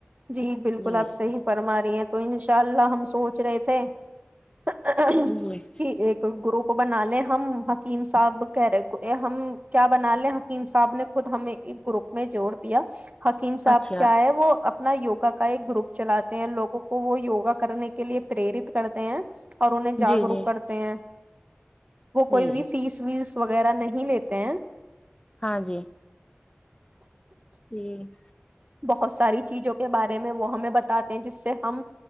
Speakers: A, on the right; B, on the left.
A: جی بالکل
B: جی
A: آپ صحیح فرما رہی ہیں تو انشاء اللہ ہم سوچ رہے تھے کہ
B: جی
A: ایک گروپ کو بنا لے ہم حکیم صاحب کہہ رہے ہم کیا بنا لیں حکیم صاحب نے خود ہمیں ایک گروپ میں جوڑ دیا حکیم صاحب
B: اچھا
A: کیا ہے وہ نہ یوگا کا ایک گروپ چلاتے ہیں لوگوں کو وہ یوگا کرنے کے لیے پریرت کرتے ہیں اور انہیں جاگروک
B: جی جی
A: کرتے ہیں وہ کوئی
B: جی
A: بھی فیس ویس وغیرہ نہیں لیتے ہیں
B: ہاں جی جی
A: بہت ساری چیزوں کے بارے میں وہ ہمیں بتاتے ہیں جس سے ہم